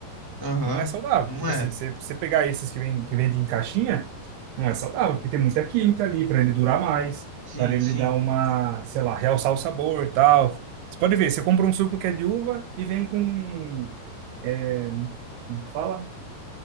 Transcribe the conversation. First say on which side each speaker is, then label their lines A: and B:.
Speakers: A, on the left; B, on the right.
A: Aham,
B: Não é saudável.
A: não
B: Tipo
A: é.
B: assim, você você pegar esses que, vem, que vendem em caixinha, não é saudável, porque tem muita química ali para ele durar mais,
A: Sim,
B: para ele
A: sim.
B: dar uma, sei lá, realçar o sabor e tal. Você pode ver, você compra um suco que é de uva e vem com. É, como fala?